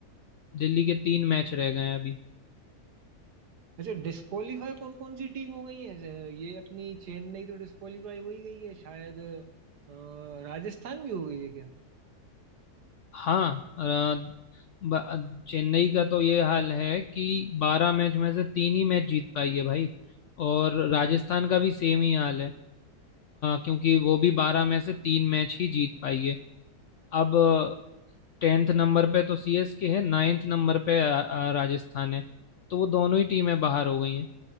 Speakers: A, on the left; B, on the right.
A: दिल्ली के तीन मैच रह गए हैं अभी
B: अच्छा डिस्क्वालीफाई कौन कौन सी टीम हो गई है ये अपनी चेन्नई तो डिस्क्वालीफाई हो ही गई है शायद अ, राजस्थान भी हो गई है क्या
A: हाँ अ, ब- चेन्नई का तो ये हाल है कि बारह मैच में से तीन ही मैच जीत पाई है भाई और राजस्थान का भी सेम ही हाल है अ, क्योंकि वो भी बारह में से तीन मैच ही जीत पाई है अब टेंथ नंबर पे तो सीएसके है नाइन्थ नंबर पे अ, अ, राजस्थान है तो वो दोनों ही टीमें बाहर हो गई हैं